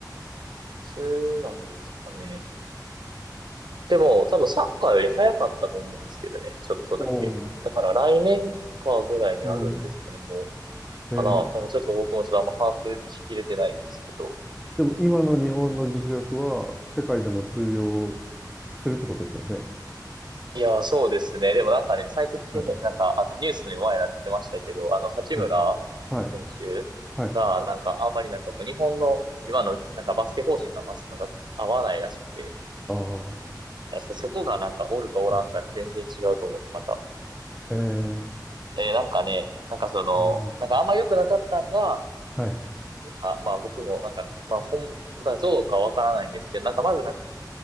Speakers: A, on the right (about 80°); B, in the centre.
A: いつなんですかね。でも、多分サッカーより早かったと思うんですけどね。ちょっとだけ。
B: おー
A: だから来年かぐらいにあるんですかね、
B: おー
A: もう。
B: えー
A: かな。多分ちょっと僕もちょっとあんま把握しきれてないんですけど。
B: でも今の日本の実力は世界でも通用するってことですよね。
A: いやー、そうですね。でもなんかね、最近ね、
B: はい。
A: <laughs> なんかあのニュースにも前になってましたけど、あの、八村
B: はい。はい。
A: 選手が、
B: はい。
A: なんかあんまりなんかこう日本の今のなんかバスケ方針とはまっすぐなんか合わないらしくて、
B: ああ。は
A: そそこがなんかおるかおらんかで全然違うと思うんで、
B: い。
A: また。
B: えー、
A: えーなんかね、なんかその、
B: うん。
A: なんかあんま良くなかったんが、
B: はい。
A: なんか、まあ僕もなんか、まあ本だどうかわからないんですけど、なんかまずなんか、